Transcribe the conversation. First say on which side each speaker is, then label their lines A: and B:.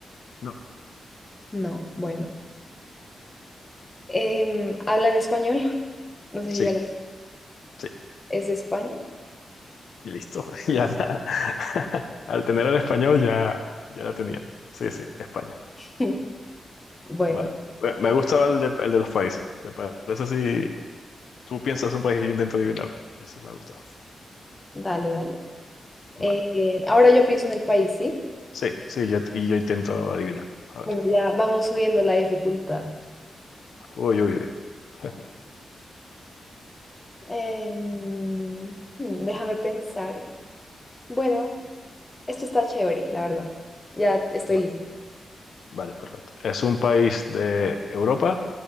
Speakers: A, on the left (about 75°); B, on the left (about 15°).
A: No.
B: No, bueno. Em, ¿hablan español? <laughs> No sé
A: Sí,
B: si ya lo...
A: sí,
B: ¿Es España?
A: listo. <laughs> Ya, la- <laughs> al tener el español ya, ya lo tenía. Sí, sí, España.
B: <laughs> Bueno,
A: Vale. Bueno, Me gustaba el de, el de los países. ¿Te parece si tú piensas un país y yo intento adivinar? Ese me ha gustado.
B: dale, dale. Eh,
A: Vale.
B: eh, ahora yo pienso en el país, ¿sí?
A: Sí, sí, yo, y yo intento adivinar. A
B: Bueno,
A: ver.
B: ya vamos subiendo la dificultad.
A: Uy, uy, uy. <laughs>
B: Em, hmm, déjame pensar. Bueno, esto está chévere, la verdad. Ya estoy
A: Vale,
B: lista.
A: vale, perfecto. ¿Es un país de Europa,